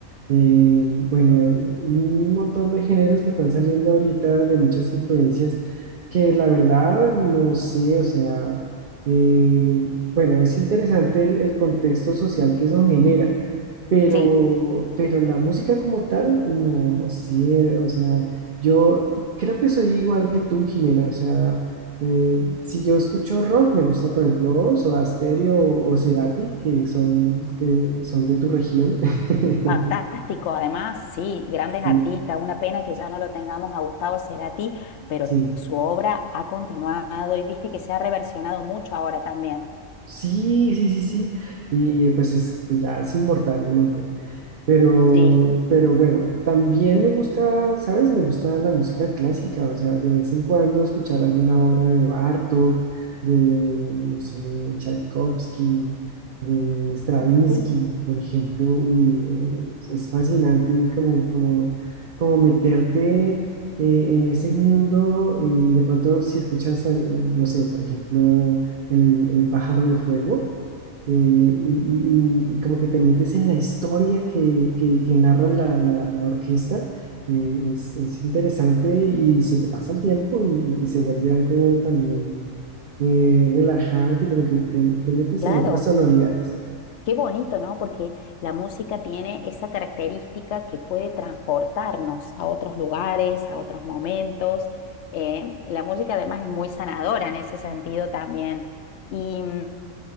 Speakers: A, on the right; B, on the left.
A: eh, bueno, eh, un montón de géneros que están saliendo ahorita de muchas influencias que la verdad no sé, o sea, eh, bueno, es interesante el el contexto social que eso genera pero,
B: Sí,
A: pero la música como tal, no, no sé, o sea, yo creo que soy igual que tú, Jimena, o sea, eh, si yo escucho rock, me gusta, por ejemplo, Soda Stereo o, o Cerati, que son, que son de tu región. <laughs>
B: fantástico. Además, sí, grandes
A: Sí,
B: artistas. Una pena que ya no lo tengamos a Gustavo Cerati, pero
A: sí,
B: su obra ha continuado y viste que se ha reversionado mucho ahora también.
A: sí, sí, sí, sí, y pues es, ya es inmortal el hombre. Pero,
B: Sí.
A: pero bueno, también me gusta, ¿sabes? Me gusta la música clásica, o sea, de vez en cuando escuchar alguna obra de Bartók, de, no sé, Tchaikovsky, de
B: Ah,
A: Stravinsky,
B: qué lindo.
A: por ejemplo. Uy, es, es fascinante como, como, como meterte eh, en ese mundo y de pronto si escuchas, eh, no sé, por ejemplo, El, El pájaro de fuego eh, y, y- y como que te metes en la historia que, que, que narra la, la, la orquesta, eh, es, es interesante y se te pasa el tiempo y, y se vuelve algo también eh, relajante y como que te, te metes
B: Claro.
A: en otras sonoridades.
B: Qué bonito, ¿no? Porque la música tiene esa característica que puede transportarnos a otros lugares, a otros momentos. Eh, la música además es muy sanadora en ese sentido también. Y mm,